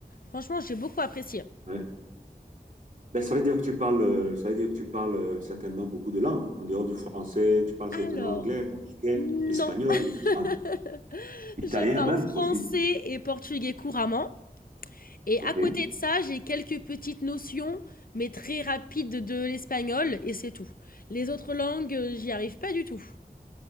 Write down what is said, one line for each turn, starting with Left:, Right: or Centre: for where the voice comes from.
Left: Franchement, j'ai beaucoup apprécié.
Right: ouais. Ben ça veut dire que tu parles, euh, ça veut dire que tu parles euh, certainement beaucoup de langues. En dehors du français, tu parles
Left: Alors,
Right: certainement anglais, portugais,
Left: non,
Right: espagnol et tout ça.
Left: <laughs>
Right: Italien
Left: je parle
Right: même,
Left: français
Right: possible.
Left: et portugais couramment et
Right: Ok.
Left: à côté de ça, j'ai quelques petites notions, mais très rapides de l'espagnol et c'est tout. Les autres langues, heu, j'y arrive pas du tout.